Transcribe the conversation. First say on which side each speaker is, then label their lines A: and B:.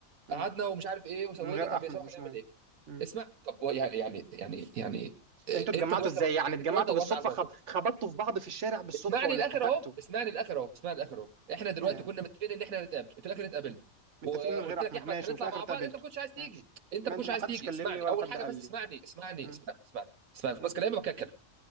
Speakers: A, on the right; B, on the right.
A: م-
B: قعدنا ومش عارف ايه وسوينا
A: من غير
B: طب
A: احمد
B: يا شباب
A: مش
B: هنعمل
A: مهم
B: ايه
A: م.
B: اسمع طب هو يعني يعني يعني يعني إيه،
A: انتوا اتجمعتوا
B: انت دلوقتي
A: ازاي
B: لو...
A: يعني
B: احنا
A: اتجمعتوا
B: دلوقتي دورنا
A: بالصدفه
B: على الموضوع
A: خب... خبطتوا في بعض في الشارع بالصدفه
B: اسمعني
A: ولا
B: للاخر
A: اتفقتوا
B: اهو اسمعني للاخر اهو اسمعني للاخر اهو احنا دلوقتي
A: كلام
B: كنا
A: ده
B: متفقين ان احنا هنتقابل في الاخر اتقابلنا
A: م. متفقين
B: وقلت
A: من غير احمد
B: لك يا احمد
A: ماشي
B: هنطلع
A: وفي الاخر
B: مع
A: اتقابلتوا
B: بعض انت ما كنتش عايز تيجي
A: ماشي
B: انت
A: ما
B: ما
A: انتوا
B: كنتش عايز
A: ما حدش
B: تيجي
A: كلمني
B: اسمعني
A: ولا
B: اول
A: حد
B: حاجه
A: قال
B: بس
A: لي
B: اسمعني اسمعني
A: م.
B: اسمعني اسمعني اسمعني
A: م.
B: بس كلامي بقى اتكلم